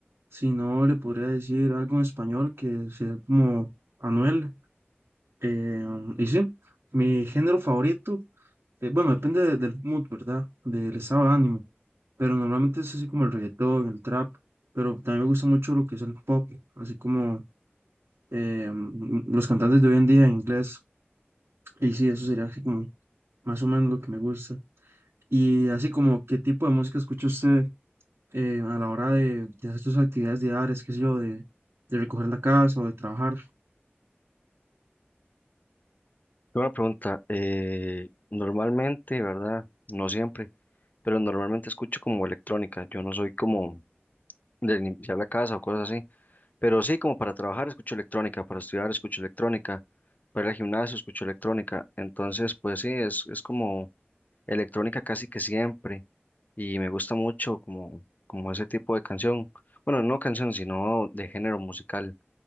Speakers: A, on the right (about 75°); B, on the left (about 40°).
A: Si no, le podría decir algo en español que sea como Anuel. Eh, y sí, mi género favorito, eh, bueno, depende de- del mood, ¿verdad? Del estado de ánimo, pero normalmente es así como el reggaetón, el trap, pero también me gusta mucho lo que es el pop, así como eh, m- los cantantes de hoy en día en inglés, y sí, eso sería así como más o menos lo que me gusta. Y así como, ¿qué tipo de música escucha usted eh, a la hora de, de hacer sus actividades diarias, qué sé yo, de, de recoger la casa o de trabajar?
B: Una pregunta. eh, normalmente, ¿verdad? No siempre, pero normalmente escucho como electrónica. Yo no soy como de limpiar la casa o cosas así. Pero sí, como para trabajar escucho electrónica, para estudiar escucho electrónica, para ir al gimnasio escucho electrónica. Entonces, pues sí, es, es como electrónica casi que siempre. Y me gusta mucho como, como ese tipo de canción. Bueno, no canción, sino de género musical.